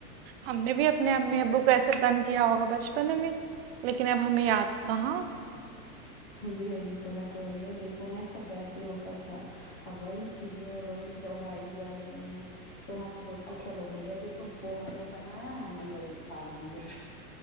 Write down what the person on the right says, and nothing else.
ہم نے بھی اپنے امی ابو کو ایسے تنگ کیا ہوگا بچپن میں لیکن اب ہمیں یاد کہاں